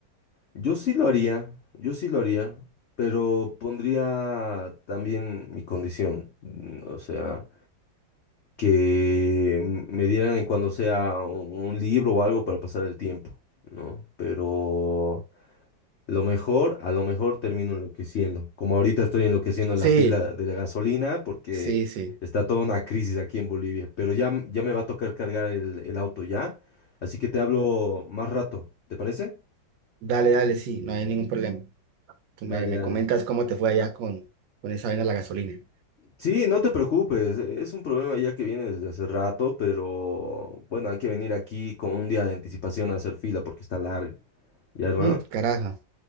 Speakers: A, on the left; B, on the right.
A: Yo sí lo haría, yo sí lo haría, pero pondría también mi condición, mm, o sea, que m- me dieran cuando sea un, un libro o algo para pasar el tiempo, ¿no? Pero lo mejor, a lo mejor termino enloqueciendo, como ahorita estoy enloqueciendo en
B: Sí,
A: la fila de la gasolina porque
B: sí, sí.
A: está toda una crisis aquí en Bolivia, pero ya, m- ya me va a tocar cargar el, el auto ya, así que te hablo más rato, ¿te parece?
B: Dale, dale, sí, no hay ningún problema. Tú
A: Dale,
B: me, me
A: dale.
B: comentas cómo te fue allá con, con esa vaina de la gasolina.
A: Sí, no te preocupes, e, es un problema ya que viene desde hace rato, pero bueno, hay que venir aquí con un día de anticipación a hacer fila porque está largo. ¿Ya, hermano?
B: Mm, carajo,